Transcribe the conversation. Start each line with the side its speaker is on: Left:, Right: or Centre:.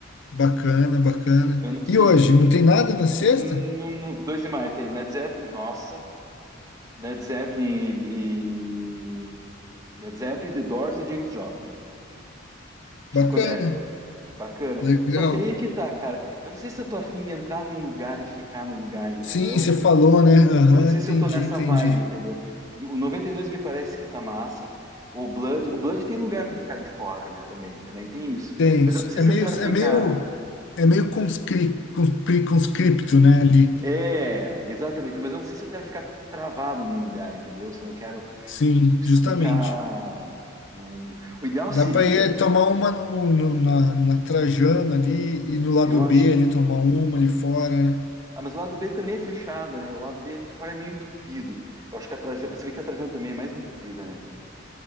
Left: Bacana, bacana.
Right: Eu não sei
Left: E hoje?
Right: o que que...
Left: Não tem nada na sexta?
Right: No, no... 2 de maio tem Led Zeppelin. Nossa. Led Zeppelin e... e- Led Zeppelin, The Doors e James Joplin. Psicodélico.
Left: Bacana,
Right: Bacana.
Left: legal.
Right: Só que aí é que tá, cara. Eu não sei se eu tô afim de entrar num lugar e ficar no lugar, entendeu?
Left: Sim, você falou, né? Aham,
Right: Eu não sei
Left: entendi,
Right: se eu tô nessa
Left: entendi.
Right: vibe, entendeu? O 92 me parece que tá massa. O Blood, o Blood tem lugar pra ficar de fora, né? Também, também tem isso.
Left: Tem
Right: Mas
Left: isso.
Right: eu não sei
Left: É
Right: se
Left: meio,
Right: eu quero ficar.
Left: é meio, é meio conscri, conscri- conscripto, né, ali.
Right: É, exatamente. Mas eu não sei se eu quero ficar travado num lugar, entendeu? Se eu não quero
Left: Sim, justamente.
Right: ficar. num- O ideal
Left: Dá
Right: seria,
Left: para ir é, tomar uma no, no- na, na Trajano ali e no lado
Right: eu acho.
Left: B ali tomar uma ali fora, né?
Right: Ah, mas o lado B também é fechado, né? O lado B ali fora é meio entupido. Eu acho que a Trajano, você vê que a Trajano também é mais entupida, né, cara?